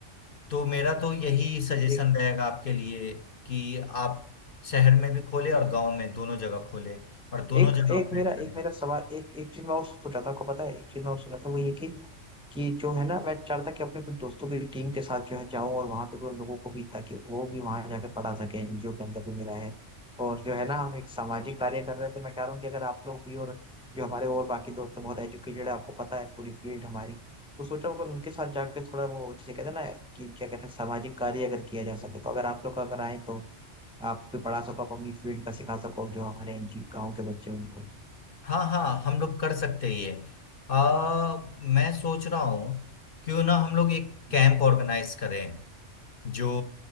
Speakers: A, on the left (about 50°); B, in the centre.
A: तो मेरा तो यही सजेशन
B: ये
A: रहेगा आपके लिए कि आप शहर में भी खोले और गांव में दोनों जगह खोले और दोनों
B: एक
A: जगह
B: एक
A: ऑपरेट
B: मेरा
A: करें
B: एक मेरा सवाल एक एक चीज मैं और सोचा था आपको पता है एक चीज मैं और सोचा था वो ये कि कि जो है ना मैं चाह रहा था कि अपने कुछ दोस्तों की टीम के साथ जो है जाऊं और वहां पे भी उन लोगों को भी ताकि वो भी वहां जाकर पढ़ा सके एनजीओ के अंदर भी मेरा है और जो है ना हम एक सामाजिक कार्य कर रहे थे मैं चाह रहा हूँ कि अगर आप लोग भी और जो हमारे और बाकी दोस्त हैं, बहुत एजुकेटेड है आपको पता है पूरी फील्ड हमारी तो सोचा अगर उनके साथ जाके थोड़ा वो जिसे कहते हैं ना कि क्या कहते हैं सामाजिक कार्य अगर किया जा सके तो अगर आप लोग अगर आए तो आप भी पढ़ा सको आप अपनी फील्ड का सिखा सको जो हमारे एनजी गाँव के बच्चे हैं उनको
A: हाँ हाँ हम लोग कर सकते हैं ये आ, मैं सोच रहा हूँ क्यों ना हम लोग एक
B: हम्म।
A: कैंप ऑर्गेनाइज करें जो